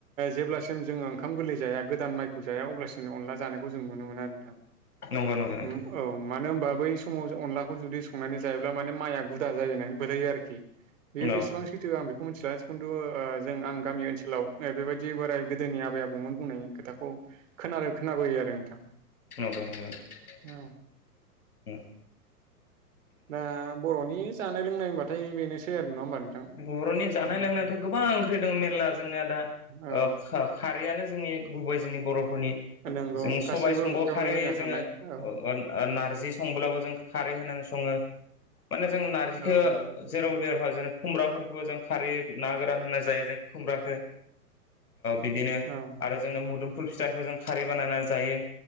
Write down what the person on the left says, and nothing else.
नंगौ नंगौ नोंथां
औ
नंगौ ओम
बर'नि जानाय
लोंनायथ' गोबां ओंख्रि दङ मेर्ला जोंनाया दा
ओ खो खारैयानो जोंनि गुबै जोंनि बर'फोरनि
जों
सबाय समभाव
खारै
होयो जोङो
अ नारज जि संब्लाबो जों खारै होनानै सङो माने जों नारजिखौ
जेरावबो बेर खुमब्राफोरखौबो जों खारहैयो ना गोरान होनना जायो जों खुमब्राखौ बिदिनो
आरो जोंनो मुदुमफुल फिथाइखौ जों खारै बानायनानै जायो।